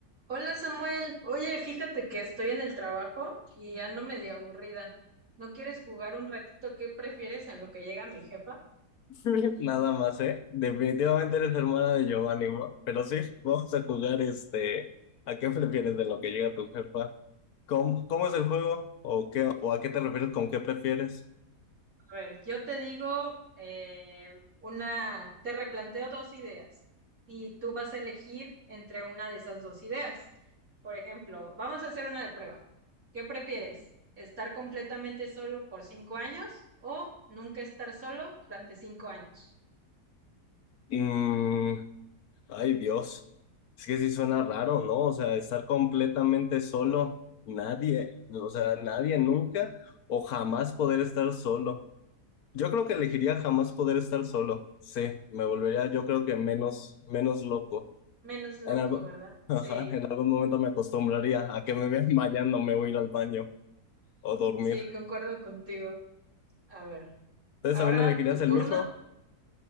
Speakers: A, on the right (about 55°); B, on the left (about 70°).
A: Hola Samuel, oye, fíjate que estoy en el trabajo y ando medio aburrida. ¿No quieres jugar un ratito? ¿Qué prefieres en lo que llega mi jefa?
B: <laughs> Nada más, ¿eh? Definitivamente eres hermana de Giovanni, ¿no? Pero sí, vamos a jugar este. ¿A qué prefieres de lo que llega tu jefa? ¿Cómo, cómo es el juego? ¿O qué, o a qué te refieres con qué prefieres?
A: A ver, yo te digo eh, una, te replanteo dos ideas y tú vas a elegir entre una de esas dos ideas. Por ejemplo, vamos a hacer una de prueba. ¿Qué prefieres? ¿Estar completamente solo por cinco años o nunca estar solo durante cinco años?
B: Mm, ay, Dios. Es que sí suena raro, ¿no? O sea, estar completamente solo, nadie, o sea, nadie nunca o jamás poder estar solo. Yo creo que elegiría jamás poder estar solo. Sí, me volvería, yo creo que menos, menos loco.
A: Menos loco,
B: En algo-
A: ¿verdad?
B: <laughs> ajá,
A: Sí,
B: en algún momento me acostumbraría a que me vean bañando, me voy a ir al baño o dormir.
A: sí, concuerdo contigo. A ver,
B: ¿Ustedes
A: ahora
B: también elegirías
A: tu turno.
B: el mismo?